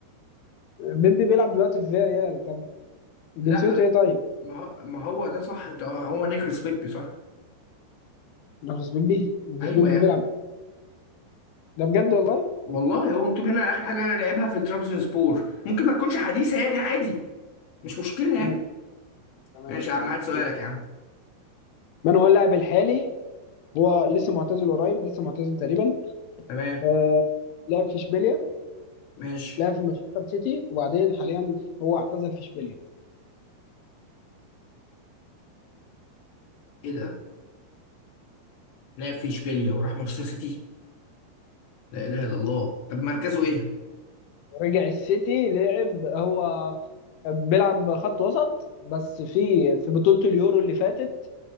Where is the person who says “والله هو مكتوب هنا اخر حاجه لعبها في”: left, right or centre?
Left